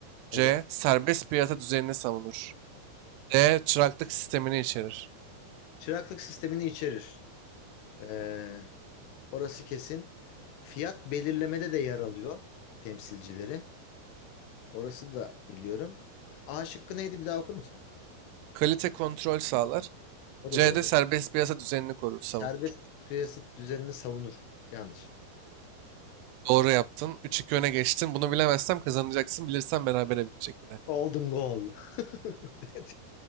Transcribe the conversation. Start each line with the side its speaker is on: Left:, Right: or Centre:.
Right: C.
Left: evet.
Right: Serbest piyasa düzenini savunur. D. Çıraklık sistemini içerir.
Left: Çıraklık sistemini içerir. Ee, Orası kesin. Fiyat belirlemede de yer alıyor temsilcileri. Orası da biliyorum. A şıkkı neydi bir daha okur musun?
Right: Kalite kontrol sağlar.
Left: O
Right: C
Left: da doğru.
Right: de serbest piyasa düzenini korur, savunur.
Left: Serbest piyasa düzenini savunur. Yanlış.
Right: Doğru yaptın. 3-2 öne geçtin. Bunu bilemezsem kazanacaksın. Bilirsen berabere bitecek yine.
Left: Golden goal. <laughs>